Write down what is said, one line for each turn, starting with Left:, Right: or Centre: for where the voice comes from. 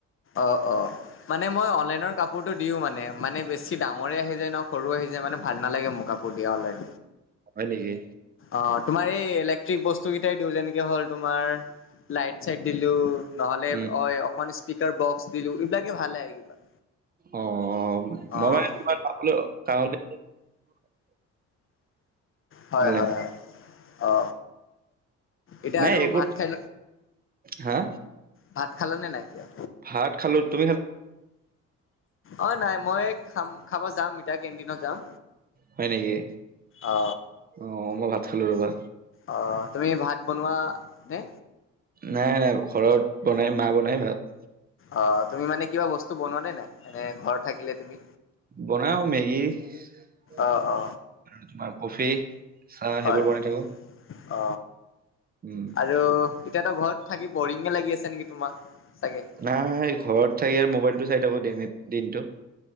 Left: অ অ। মানে মই অনলাইনৰ কাপোৰতটো দিও মানে। মানে বেছি ডাঙৰে আহি যায় নে, সৰুয়ে আহি যায় মানে ভাল নালাগে মোৰ কাপ- বুলি অনলাইন।
Right: হয় নেকি?
Left: অ তোমাৰ এই ইলেক্ট্ৰিক বস্তু কেইটাই দিওঁ, যেনেকে হ'ল তোমাৰ লাইট চাইট দিলো। নহলে
Right: উম
Left: অ অ স্পীকাৰ বক্স দিলো এইবিলাকে ভালে কিবা।
Right: অ
Left: অ'
Right: মই মানে তোমাক যাবলৈ কাওলে
Left: হয়
Right: অনলাইন
Left: হয় হয় অ। এতিয়া
Right: নাই
Left: আৰু
Right: একো।
Left: ভাত খাই
Right: হা?
Left: ভাত খালে নাই এতিয়া?
Right: ভাত খালো। তুমি খালা?
Left: অ নাই মই খাম খাব যাম এতিয়া কেণ্টিনত যাম।
Right: হয় নেকি?
Left: অ
Right: অ মই ভাত খালো ৰবা।
Left: অ তুমি ভাত বনোৱা নে?
Right: নাই নাই ঘৰত বনাই মা বনাই ভাত।
Left: অ তুমি মানে কিবা বস্তু বনোৱা নে নাই এনে ঘৰ থাকিলে তুমি?
Right: বনাঁও মেগী আৰু
Left: অ অ
Right: তোমাৰ কফি চাহ
Left: হয়
Right: সেইবোৰ বনাই
Left: হয়
Right: থাকো
Left: অ।
Right: উম।
Left: আৰু এতিয়াতো ঘৰত থাকি বৰিঙে লাগি আছে নেকি তোমাক চাগে?
Right: নাই ঘৰত থাকি আৰু মোবাইলটো চাই থাকো দেনেত দিনটো।